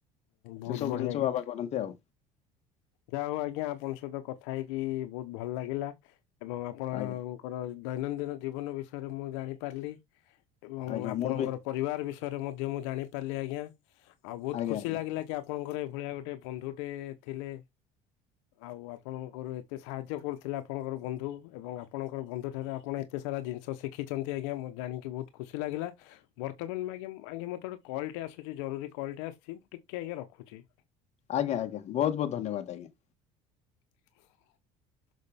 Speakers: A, on the left (about 50°); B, on the left (about 85°).
A: ସେ
B: ବହୁତ
A: ସବୁ
B: ବଢିଆ
A: ଜିନିଷ
B: ଆଜ୍ଞା।
A: ବାବା କରନ୍ତି ଆଉ
B: ଯାହା ହଉ ଆଜ୍ଞା, ଆପଣଙ୍କ ସହିତ କଥା ହେଇକି ବହୁତ ଭଲ ଲାଗିଲା। ଏବଂ ଆପଣଙ୍କର
A: ଆଜ୍ଞା।
B: ଦୈନନ୍ଦିନ ଜୀବନ ବିଷୟରେ ମୁଁ ଜାଣି ପାରିଲି। ଏବଂ
A: ଆଜ୍ଞା
B: ଆପଣଙ୍କର
A: ମୁଁ ବି
B: ପରିବାର ବିଷୟରେ ମଧ୍ୟ ମୁଁ ଜାଣିପାରିଲି ଆଜ୍ଞା। ଆଉ ବହୁତ
A: ଆଜ୍ଞା
B: ଖୁସି
A: ଆଜ୍ଞା
B: ଲାଗିଲା କି ଆପଣଙ୍କର ଏଇଭଳିଆ ଗୋଟେ ବନ୍ଧୁଟେ ଥିଲେ। ଆଉ ଆପଣଙ୍କର ଏତେ ସାହାଯ୍ୟ କରୁଥିଲେ, ଆପଣଙ୍କର ବନ୍ଧୁ ଏବଂ ଆପଣଙ୍କର ବନ୍ଧୁ ଠାରୁ ଆପଣ ଏତେ ସା ରା ଜିନିଷ ଶିଖିଛନ୍ତି ଆଜ୍ଞା। ମୁଁ ଜାଣିକି ବହୁତ ଖୁସି ଲାଗିଲା। ବର୍ତ୍ତମାନ, ଆଜ୍ଞା ଆଜ୍ଞା ମତେ ଗୋଟେ କ କଲ୍ଟେ ଆସୁଛି! ଜରୁରୀ କଲ୍ଟେ ଆସିଛି। ମୁଁ ଟିକିଏ ଆଜ୍ଞା ରଖୁଛି।
A: ଆଜ୍ଞା ଆଜ୍ଞା, ବହୁତ ବହୁତ ଧନ୍ୟବାଦ ଆଜ୍ଞା।
B: ଓ